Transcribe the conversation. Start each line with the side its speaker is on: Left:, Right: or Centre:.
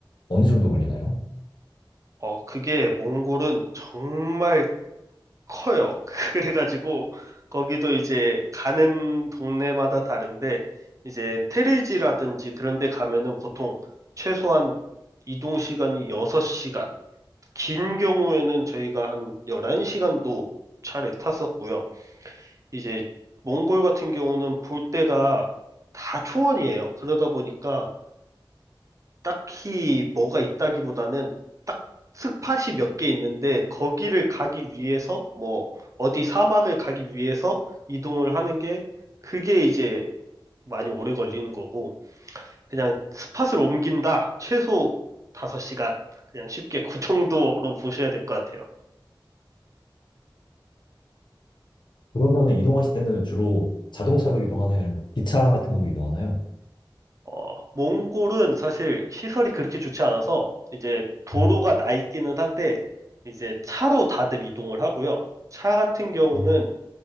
Left: 어느 정도 걸리나요?
Right: 어, 그게 몽골은 정말 커요. <laughs> 그래가지고 거기도 이제 가는 동네마다 다른데 이제 테레지라든지 그런 데 가면은 보통 최소한 이동 시간이 6시간, 긴 경우에는 저희가 한 11시간도 차를 탔었고요. 이제 몽골 같은 경우는 볼 때가 다 초원이에요. 그러다 보니까 딱히 뭐가 있다기보다는 딱 스팟이 몇 개 있는데 거기를 가기 위해서 뭐 어디 사막을 가기 위해서 이동을 하는 게 그게 이제 많이 오래 걸리는 거고 그냥 스팟을 옮긴다 최소 5시간 그냥 쉽게 그 정도로 보셔야 될 것 같아요.
Left: 그러면은 이동하실 때는 주로 자동차로 이동하나요? 아니면 기차 같은 걸로 이동하나요?
Right: 어, 몽골은 사실 시설이 그렇게 좋지 않아서 이제 도로가
Left: 음,
Right: 나 있기는 한데 이제 차로 다들 이동을 하고요. 차 같은 경우는
Left: 음,